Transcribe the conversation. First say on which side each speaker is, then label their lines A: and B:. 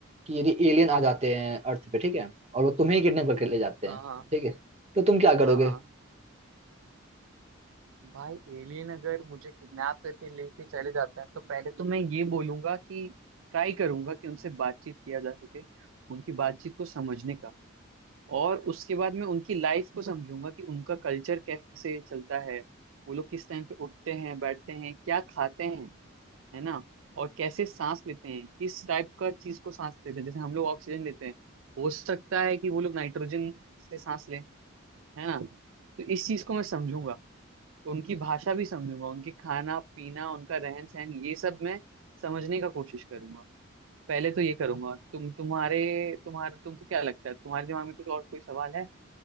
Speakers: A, on the right (about 30°); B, on the right (about 70°).
A: कि यदि एलियन आ जाते हैं अर्थ पे ठीक है और वो तुम्हें ही किडनैप करके ले जाते
B: हाँ
A: हैं
B: हाँ
A: ठीक है तो तुम क्या
B: हाँ
A: करोगे
B: हाँ भाई एलियन अगर मुझे किडनैप करके लेके चले जाते हैं तो पहले तो मैं ये बोलूंगा कि ट्राई करूंगा कि उनसे बातचीत किया जा सके उनकी बातचीत को समझने का और उसके बाद मैं उनकी लाइफ को समझूंगा कि उनका कल्चर कैसे चलता है वो लोग किस टाइम पे उठते हैं बैठते हैं क्या खाते हैं है ना और कैसे सांस लेते हैं किस टाइप का चीज को सांस लेते हैं जैसे हम लोग ऑक्सीजन लेते हैं हो सकता है कि वो लोग नाइट्रोजन से सांस लें है ना तो इस चीज को मैं समझूंगा उनकी भाषा भी समझूंगा उनकी खाना पीना उनका रहन सहन ये सब मैं समझने का कोशिश करूंगा पहले तो ये करूंगा तुम तुम्हारे तुम्हारे तुमको क्या लगता है तुम्हारे दिमाग में कुछ और कोई सवाल है